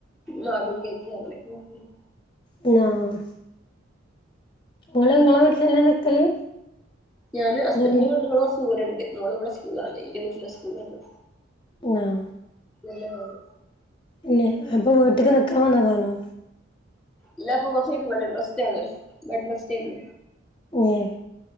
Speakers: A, in the centre; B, on the left.
A: നോർമൽ കേക്ക് അങ്ങനൊക്കെണ്ടാക്കീണ്ട്
B: ഇന്നാ ആഹ് ഇങ്ങള് ഇങ്ങളെ വീട്ടിലെന്നെ നിക്കല്
A: ഞാന് ഹസ്ബൻഡന്റെ
B: അതോല്
A: വീട് ഇവിടെ കൊർച്ച്‌ ദൂരണ്ട് മോള് ഇവടെ സ്കൂള്ളാണ് ഇന്റെ വീട്ടിലെ സ്കൂള്ളാണ്
B: ആഹ്
A: നല്ലതാണ്
B: ഇല്ല അപ്പൊ വീട്ട്ക്ക് ന്ന്ക്കാൻ വന്നതാണോ
A: ഇല്ലപ്പൊ കൊർച്ചയിഞ്ഞിട്ട് പോണെള്ളൂ റസ്റ്റാണ് ബെഡ് റസ്റ്റേര്ന്ന്
B: ഏഹ്